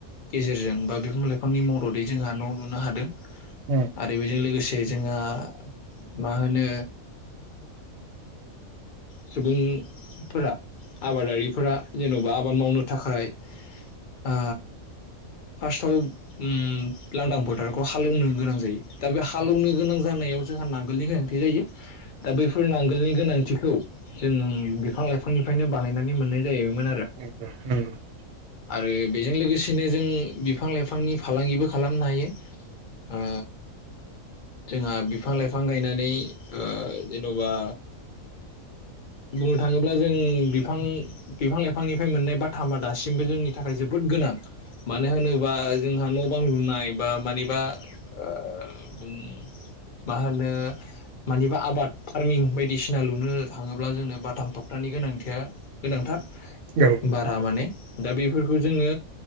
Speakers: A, on the left; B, on the right.
A: गेजेरजों बा बिफां लाइफांनि मददै जोंहा न' लुनो हादों
B: उम
A: आरो बेजों लोगोसे से जोंहा मा होनो सुबुंफोरा आबादारिफोरा जेन'बा आबाद मावनो थाखाय ओ फार्स्टआव उम लांदां फोथारखौ हालेवनो गोनां जायो दा बे
B: नंगौ
A: हालौवनो गोनां जानायाव जोंहा नांगोलनि गोनांथि जायो दा बैफोर नां गोलनि गोनांथिखौ जों बिफां लाइफांनिफ्रायनो बानायनानै मोननाय जायो
B: <unintelligible>
A: आरो बेजों लोगोसेनो जों बिफां लाइफांनि फालांगिबो खालामनो हायो ओ जोंहा बिफां लाइफां गायनानै ओ जेन'बा बुंनो थाङोब्ला जों बिफां बिफां लाइफांनिफ्राय मोननाय बाथामा दासिमबो जोंनि थाखाय जोबोद गोनां मानो होनोबा जोंहा न' बां लुनाय बा मानिबा ओ मा होनो मानिबा आबाद फारमिं बायदिसिना लुनो थाङोब्ला जोंनो बाथाम थबथानि गोनांथिया गोनांथार
B: औ
A: बारा माने दा बेफोरखौ जोङो